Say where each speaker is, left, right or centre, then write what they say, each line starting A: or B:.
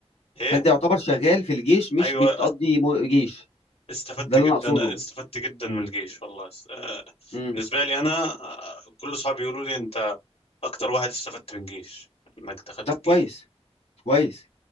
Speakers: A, on the left; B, on the left.
A: ايه
B: فانت يعتبر شغال في الجيش مش
A: ايوه
B: بتقضي م- جيش
A: استفدت
B: ده اللي
A: جدا
B: انا اقصده
A: استفدت جدا من الجيش والله س- آه،
B: امم
A: بالنسبة لي أنا آه، كل أصحابي يقولوا لي أنت أكتر واحد استفدت من الجيش إنك دخلت
B: طب
A: الجيش
B: كويس كويس